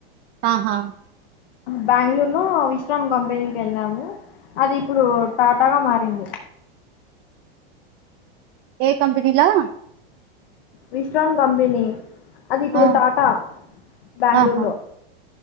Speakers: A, on the right; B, on the left.
A: ఆహా
B: బెంగళూరులో విశ్రాన్ కంపెనీకి వెళ్ళాము అది ఇప్పుడు టాటాగా మారింది
A: ఏ కంపెనీలా
B: విశ్రాన్ కంపెనీ అదిప్పుడు
A: ఆ
B: టాటా బెంగళూరులో
A: ఆహా